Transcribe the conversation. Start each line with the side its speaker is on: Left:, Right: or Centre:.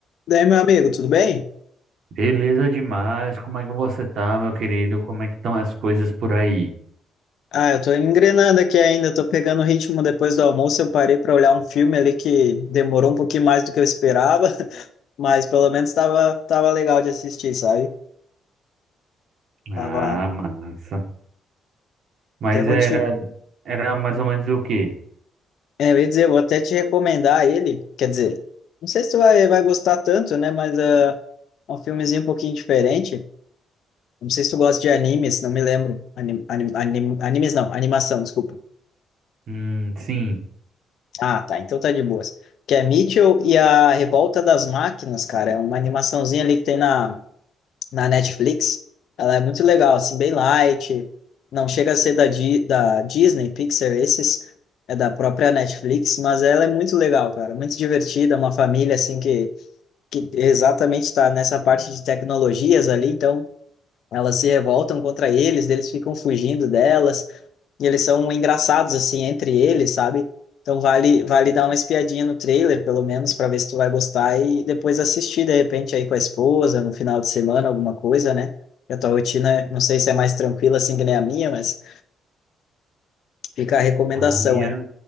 Left: Daí, meu amigo, tudo bem?
Right: Beleza demais, como é que você tá, meu querido? Como é que estão as coisas por aí?
Left: Ah, eu tô engrenando aqui ainda, tô pegando o ritmo depois do almoço. Eu parei para olhar um filme ali que demorou um pouquinho mais do que eu esperava, <laughs> mas pelo menos tava, tava legal de assistir, sabe?
Right: Ah,
Left: Tava.
Right: massa. Mas
Left: Até vou
Right: era,
Left: te.
Right: era mais ou menos o quê?
Left: é, eu ia dizer, eu vou até te recomendar ele. Quer dizer, não sei se tu vai, vai gostar tanto, né? Mas ah, é um filmezinho um pouquinho diferente. Não sei se tu gosta de animes, não me lembro. Anim, anim, anim- animes não, animação, desculpa.
Right: Hum, sim,
Left: Ah, tá. Então tá de boas. Que é Mitchell e a Revolta das Máquinas, cara. É uma animaçãozinha ali que tem na, na Netflix. Ela é muito legal, assim, bem light. Não chega a ser da, Di- da Disney, Pixar, esses. É da própria Netflix, mas ela é muito legal, cara. Muito divertida, uma família, assim, que, que exatamente está nessa parte de tecnologias ali. Então, elas se revoltam contra eles, eles ficam fugindo delas. E eles são engraçados, assim, entre eles, sabe? Então vale, vale dar uma espiadinha no trailer, pelo menos, para ver se tu vai gostar e depois assistir, de repente, aí com a esposa, no final de semana, alguma coisa, né? E a tua rotina, não sei se é mais tranquila assim que nem a minha, mas fica a recomendação
Right: a minha,
Left: aí.